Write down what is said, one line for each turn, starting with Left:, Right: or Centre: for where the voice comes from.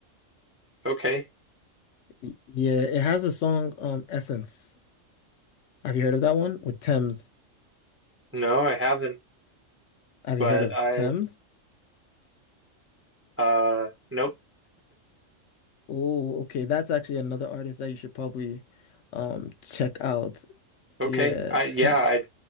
Right: Okay.
Left: Y- Yeah, it has a song um Essence. Have you heard of that one? With Thames.
Right: No, I haven't,
Left: Have
Right: but
Left: you heard of
Right: I
Left: Thames?
Right: uh nope.
Left: Oh, okay. That's actually another artist that you should probably um check out.
Right: Okay.
Left: Yeah.
Right: I yeah,
Left: Te-
Right: I